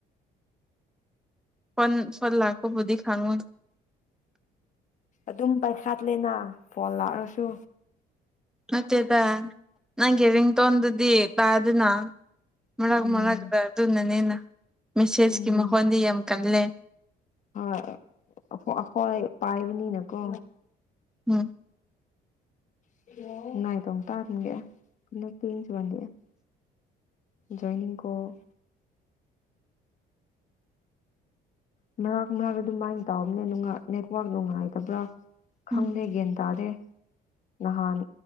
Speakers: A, in the centre; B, on the left.
A: ꯐꯣꯟ ꯐꯣꯜ ꯂꯥꯛꯄꯕꯨꯗꯤ ꯈꯪꯉꯣꯏ
B: ꯑꯗꯨꯝ ꯄꯥꯏꯈꯥꯠꯂꯦꯅ ꯐꯣꯟ ꯂꯥꯛꯔꯁꯨ
A: ꯅꯠꯇꯦꯗ ꯅꯪꯒꯤ ꯔꯤꯡꯇꯣꯟꯗꯨꯗꯤ ꯇꯥꯗꯦꯅ ꯃꯔꯛ
B: ꯎꯝ
A: ꯃꯔꯛ ꯑꯗꯨꯅꯅꯦꯅ ꯃꯦꯁꯦꯁꯀꯤ
B: ꯎꯝ
A: ꯃꯈꯣꯟꯗꯤ ꯌꯥꯝ ꯀꯜꯂꯦ
B: ꯍꯣꯏ ꯑꯩꯈꯣꯏ ꯄꯥꯏꯕꯅꯤꯅꯀꯣ
A: ꯎꯝ
B: <unintelligible> ꯖꯣꯏꯅꯤꯡ ꯀꯣꯜ ꯎ ꯃꯔꯥꯛ ꯃꯔꯥꯛ ꯑꯗꯨꯃꯥꯏꯅ ꯇꯧꯕꯅꯦ ꯅꯦꯠꯋꯥꯛ ꯅꯨꯡꯉꯥꯏꯇꯕ꯭ꯔꯥ ꯈꯪꯗꯦ
A: ꯎꯝ
B: ꯒꯌ꯭ꯥꯟ ꯇꯥꯗꯦ ꯅꯍꯥꯟ